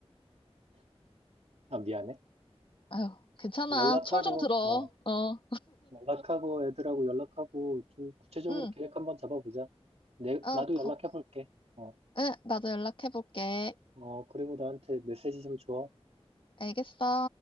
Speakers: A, on the right; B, on the left.
A: 아, 미안해.
B: 아유, 괜찮아.
A: 연락하고,
B: 철 좀 들어.
A: 어,
B: 어,
A: 연락하고, 애들하고 연락하고, 좀 구체적으로
B: 응.
A: 계획 한번 잡아보자. 내,
B: 아,
A: 나도
B: 거,
A: 연락해볼게. 어,
B: 응, 나도 연락해볼게.
A: 어, 그리고 나한테 메시지 좀 줘.
B: 알겠어.